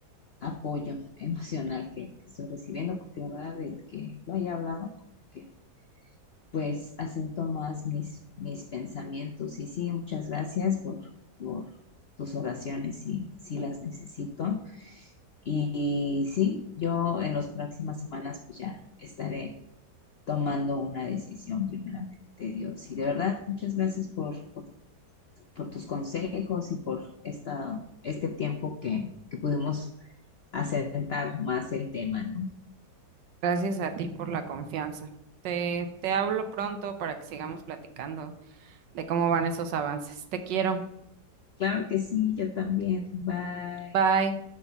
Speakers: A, on the left; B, on the right.
A: apoyo emocional que, que estoy recibiendo, porque la verdad del que lo haya hablado, como que pues acento más mis, mis pensamientos. Y sí, muchas gracias por, por tus oraciones, si, si las necesito. Y, y sí, yo en las próximas semanas pues ya estaré tomando una decisión primeramente. Dios. Y de verdad, muchas gracias por, por, por tus consejos y por esta, este tiempo que, que pudimos asentar más el tema, ¿no?
B: Gracias a ti por la confianza. Te, te hablo pronto para que sigamos platicando de cómo van esos avances. Te quiero.
A: Claro que sí, yo también. Bye.
B: Bye.